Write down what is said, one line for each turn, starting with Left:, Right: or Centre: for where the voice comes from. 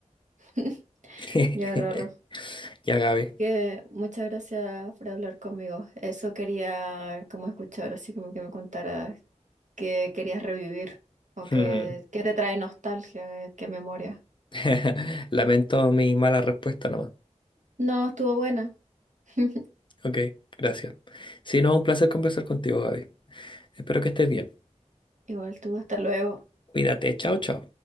Right: <laughs>
Left: <laughs>
Right: Ya, Rorro,
Left: Ya, Gaby.
Right: que muchas gracias por hablar conmigo. Eso quería como escuchar, así como que me contaras qué querías revivir o
Left: <laughs>
Right: qué, qué te trae nostalgia, qué memoria.
Left: <laughs> Lamento mi mala respuesta nomás.
Right: No, estuvo buena. <laughs>
Left: Ok, gracias. Si no, un placer conversar contigo, Gaby. Espero que estés bien.
Right: Igual tú, hasta luego.
Left: Cuídate, chao, chao.